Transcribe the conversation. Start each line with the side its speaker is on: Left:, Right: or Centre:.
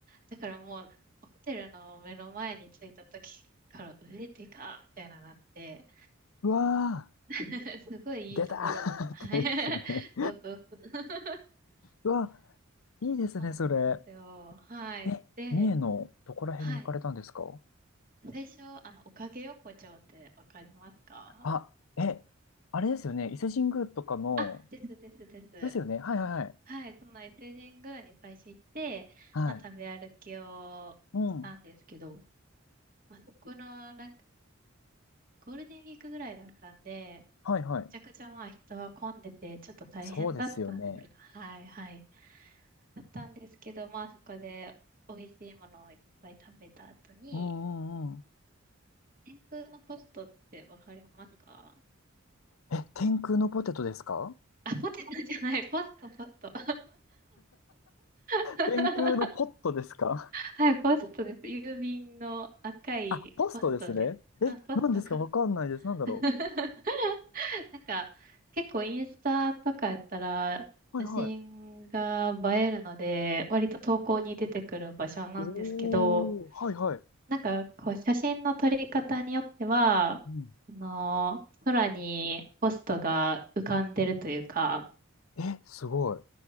Right: だからもう、ホテルの目の前に着いた時から、上でかみたいななって、
Left: うわ
Right: <laughs> すごいいいところを、
Left: ー。出たー <laughs>
Right: はい。
Left: ってですね。
Right: <laughs> そうそうそう。
Left: うわ、いいですね、
Right: そうなんですよ。
Left: それ。
Right: はい。
Left: え、
Right: で、
Left: 三重のどこら辺に行かれたんですか
Right: はい。最初、あの、おかげ横丁ってわかりますか
Left: あ、え、あれですよね。伊勢神宮とかの、
Right: あ、ですですです。
Left: ですよね。はいはいはい。
Right: はい。その伊勢神宮に最初行って、
Left: はい。
Right: まあ、食べ歩きをしたんですけど、
Left: うん。
Right: まあ、そこの、なんか、ゴールデンウィークぐらいだったんで、
Left: はいはい。
Right: めちゃくちゃまあ人は混んでてちょっと大変だったんですけど、
Left: そうですよね。
Right: はいはい。だったんですけど、まあそこで美味しいものをいっぱい食べた後に、
Left: うんうんうん。
Right: 天空のポストってわかりますか
Left: え、天空のポテトですか
Right: あ、ポテトじゃない、ポスト、ポスト。<laughs>
Left: 天空のポットですか
Right: はい、ポストです。郵便の赤いポストです。
Left: あ、ポストですね。え、
Right: あ、ポスト、
Left: 何ですかわかんないです。
Right: ポスト。
Left: なんだろ
Right: <laughs> なんか結構インスタとかやったら写真が映えるので、
Left: う。はいはい。
Right: 割と投稿に出てくる場所なんですけど、
Left: おー、はいはい。
Right: なんか、こう、写真の撮り方によっては、
Left: うん。
Right: あの、空にポストが浮かんでるというか、
Left: え、すごい。